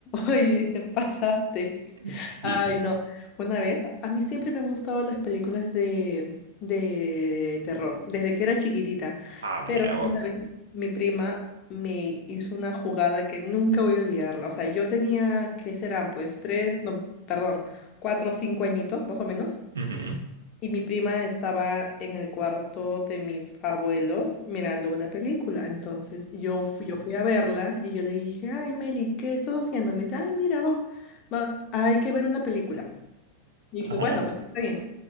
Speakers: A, on the left (about 35°); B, on the right (about 65°).
A: Oye, te pasaste.
B: Sí.
A: Ay,
B: <laughs>
A: no. Una vez, a mí siempre me han gustado las películas de, de terror, desde que era chiquitita.
B: Ah, mira
A: Pero
B: vos.
A: una vez mi prima me hizo una jugada que nunca voy a olvidarla. O sea, yo tenía, ¿qué serán? Pues tres, no, perdón, cuatro o cinco añitos, más o menos.
B: Ujú.
A: Y mi prima estaba en el cuarto de mis abuelos mirando una película. Entonces yo fui, yo fui a verla y yo le dije, ay, Meli, ¿qué estás haciendo? Y me dice, ay, mira, vos, va- hay que ver una película. Y dije,
B: Ajá.
A: bueno, pues está bien.